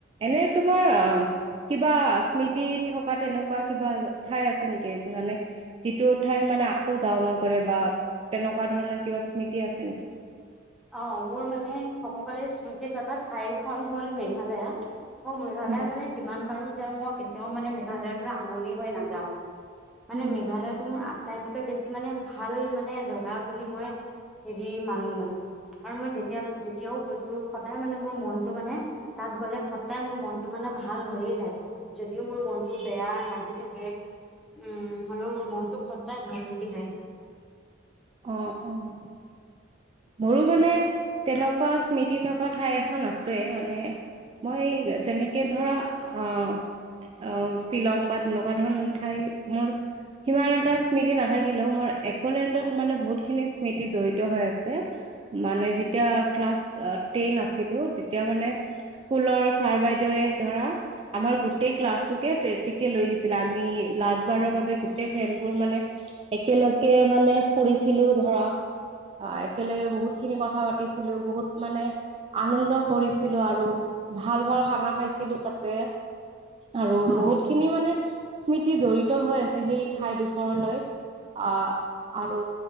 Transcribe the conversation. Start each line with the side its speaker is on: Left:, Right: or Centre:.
Right: এনে াৰ অ <unintelligible> কিবা স্মৃতিত থকা তেনেকুৱা কিবা ঠাই আছে নেকি মানে যিটো ঠাইত মানে মানে আকৌ যাওঁ মন কৰে বা তেনেকুৱা ধৰণৰ কিবা স্মৃতি আছে নেকি?
Centre: অ, ' মোৰ মানে কককালৰ স্মৃতি থকা ঠাইখন হল মেঘালয়। মই মেঘালয়
Right: উম
Centre: মানে যিমান পাৰো যায় মই কেতিয়াও মানে মেঘালয়ৰ পৰা আমনি হৈ নাযাওঁ। মানে
Right: উম,
Centre: মেঘালয়তটো মোৰ আটাইতকৈ বেছি মানে ভাল মানে জেগা। বুলি মই হেৰি মানো মানে কাৰ মই যেতিয়া যেতিয়াও গৈছো সদায় মানে মোৰ মনতটো মানে তাত গ'লে সদায় মোৰ মনতটো মান মানে ভাল হৈয়ে যায় যদিও মোৰ মনতটো বেয়া লাগি থাকে। উম, হলেও মোৰ মনটো খদদায় ভাল লাগি যায়।
Right: অ'-অ'। মোৰো মানে তেনেকুৱা স্মৃতি থকা ঠাই এখন আছে মানে। মই তেনেকে ধৰা আ অ' শ্বিলং বা তেনেকুৱা ধৰণৰ ঠাই মোৰ সিমান এটা স্মৃতি নাথাকিলেও মোৰ একলেণ্ডত। মোৰ মানে বহুত খিনি স্মৃতি জৰিত হৈ আছে মানে যেতিয়া ক্লাছ টেন আছিল। লু তেতিয়া মানে স্কুলৰ ছাৰ বাইদেউৱে ধৰা আমাৰ গোটেই ক্লাছটোকে তে-তোক লৈ গৈছিলে আমি লাষ্টবাৰৰ বাবে গোটেই ফ্ৰেণ্ডবোৰ মানে একেলগে মানে। ফুৰিছিলো ধৰা অ একেলগে বহুতখিনি কথা পাতিছিলো, বহুত মানে আনন্দ কৰিছিলো আৰু ভাল ভাল খানা খাইছিলো তাতে আৰু
Centre: অ
Right: বহুতখিনি মানে স্মৃতি জড়িত হৈ আছে সেই ঠাইডোখৰলৈ আহ আৰু